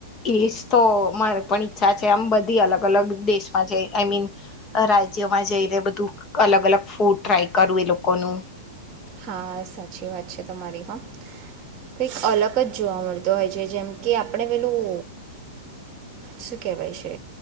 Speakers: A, on the left; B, on the right.
A: એજ તો મારે પણ ઈચ્છા છે આમ બધી અલગ-અલગ દેશમાં જઈ આઈ મીન રાજ્યમાં જઈને બધું અલગ અલગ ફૂડ ટ્રાય કરું એ લોકોનું
B: હા સાચી વાત છે તમારી હા. કંઈક અલગ જ જોવા મળતો હોય છે જેમ કે આપણે પેલું શું કહેવાય છે